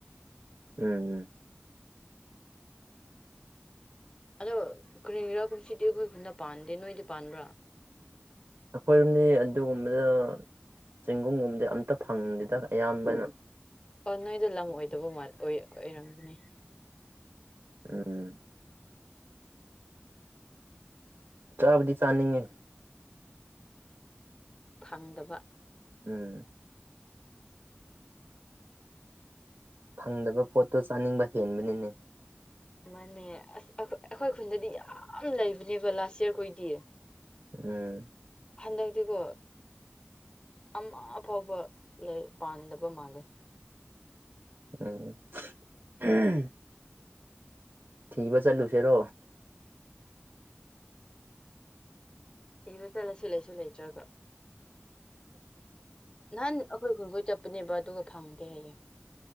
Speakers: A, on the right (about 80°); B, on the left (about 20°).
A: ꯎꯝ ꯎꯝ
B: ꯑꯗꯣ ꯀꯨꯅꯒꯤꯔꯥ ꯀꯨꯝꯁꯤꯗꯤ ꯑꯩꯈꯣꯏ ꯈꯨꯟꯗ ꯄꯥꯟꯗꯦ ꯅꯣꯏꯗꯤ ꯄꯥꯟꯕ꯭ꯔꯥ
A: ꯑꯩꯈꯣꯏꯔꯝꯗꯤ ꯑꯗꯨꯒꯨꯝꯕꯗ ꯆꯦꯡꯒꯨꯝꯒꯨꯝꯕꯗꯤ ꯑꯝꯇ ꯐꯪꯗꯦꯗ ꯑꯌꯥꯝꯕꯅ
B: ꯑꯣ ꯅꯣꯏꯗꯣ ꯂꯝ ꯑꯣꯏꯗꯕ ꯑꯣꯏꯔꯝꯕꯅꯤ
A: ꯎꯝ ꯆꯥꯕꯗꯤ ꯆꯥꯅꯤꯡꯉꯦ
B: ꯐꯪꯗꯕ
A: ꯎꯝ ꯐꯪꯗꯕ ꯄꯣꯠꯇꯣ ꯆꯥꯅꯤꯡꯕ ꯍꯦꯟꯕꯅꯤꯅ
B: ꯃꯥꯅꯦ ꯑꯁ ꯑꯩꯈꯣꯏ ꯈꯨꯟꯗꯗꯤ ꯌꯥꯝ ꯂꯩꯕꯅꯦꯕ ꯂꯥꯁ ꯏꯌꯥꯔꯈꯨꯏꯗꯤ
A: ꯎꯝ
B: ꯍꯟꯗꯛꯇꯤꯀꯣ ꯑꯃ ꯐꯥꯎꯕ ꯂꯩ ꯄꯥꯟꯗꯕ ꯃꯥꯜꯂꯦ
A: ꯎ ꯊꯤꯕ ꯆꯜꯂꯨꯁꯦꯔꯣ
B: ꯍꯕ ꯆꯠꯂꯁꯨ ꯂꯩꯁꯨ ꯂꯩꯇ꯭ꯔꯒ ꯅꯍꯥꯟ ꯑꯩꯈꯣꯏ ꯈꯣꯡꯒꯣꯏ ꯆꯞ ꯅꯦꯕ ꯑꯗꯨꯒ ꯐꯪꯗꯦ ꯍꯌꯦꯌꯦꯡ